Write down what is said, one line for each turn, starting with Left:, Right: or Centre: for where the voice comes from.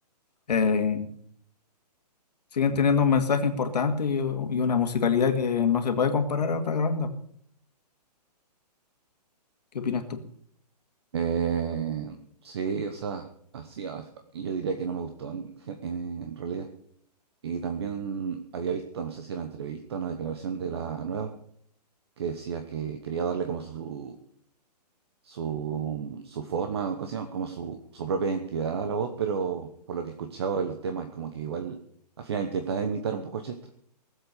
Left: eh, siguen teniendo un mensaje importante y, y una musicalidad que no se puede comparar a otra banda. ¿Qué opinas tú?
Right: Eh, sí, o sea, así, a- yo diría que no me gustó en, gen- en realidad. Y también había visto, no sé si era entrevista, una declaración de la nueva, que decía que quería darle como su, su, su forma, o ¿cómo se llama? Como su, su propia identidad a la voz, pero por lo que he escuchado en los temas, es como que igual al final intenta imitar un poco a Chester.